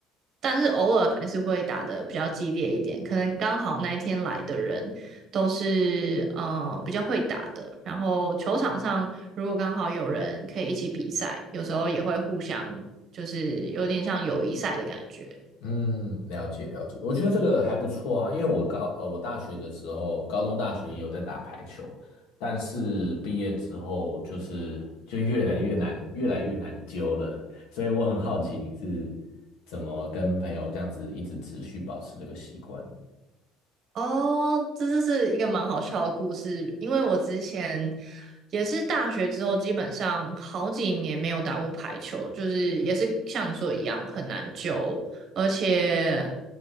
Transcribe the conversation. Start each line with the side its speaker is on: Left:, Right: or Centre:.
Right: 但是偶尔还是会打得比较激烈一点，可能刚好那一天来的人都是呃比较会打的，然后球场上如果刚好有人可以一起比赛，有时候也会互相就是有点像友谊赛的感觉。
Left: 嗯，了解了解，我觉得这个还不错啊，因为我高呃我大学的时候，高中大学也有在打排球，但是毕业之后就是就越来越难，越来越难揪了，所以我很好奇你是怎么跟朋友这样子一直持续保持这个习惯的
Right: 哦，这就是一个蛮好笑的故事，因为我之前也是大学之后，基本上好几年没有打过排球，就是也是像你说的一样很难救，而且，